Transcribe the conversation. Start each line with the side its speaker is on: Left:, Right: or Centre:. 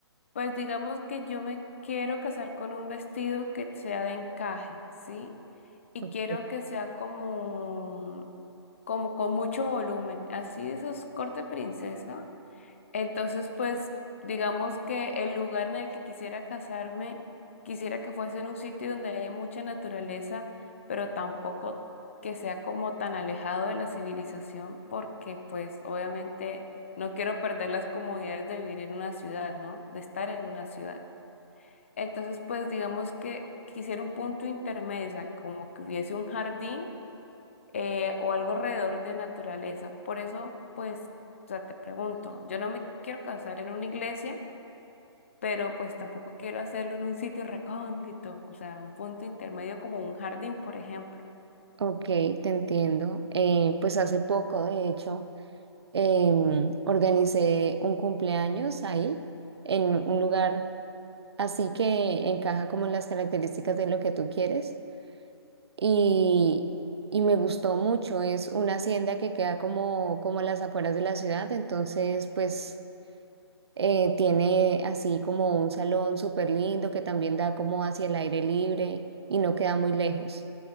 Left: pues digamos que yo me quiero casar con un vestido que sea de encaje, ¿sí? Y
Right: Ok,
Left: quiero que sea como, como con mucho volumen, así de esos corte princesa. Entonces, pues, digamos que el lugar en el que quisiera casarme, quisiera que fuese en un sitio donde haya mucha naturaleza, pero tampoco que sea como tan alejado de la civilización, porque pues obviamente no quiero perder las comodidades de vivir en una ciudad, ¿no? De estar en una ciudad. Entonces, pues, digamos que quisiera un punto intermedio, o sea, como que hubiese un jardín eh, o algo alrededor de naturaleza. Por eso, pues, o sea, te pregunto, yo no me quiero casar en una iglesia, pero pues tampoco quiero hacerlo en un sitio recóndito, o sea, un punto intermedio como un jardín, por ejemplo.
Right: Ok, te entiendo. Eh, pues hace poco, de hecho, em, organicé un cumpleaños ahí, en un lugar así que encaja como en las características de lo que tú quieres. y, y me gustó mucho. Es una hacienda que queda como, como a las afueras de la ciudad, entonces pues eh, tiene así como un salón súper lindo que también da como hacia el aire libre y no queda muy lejos.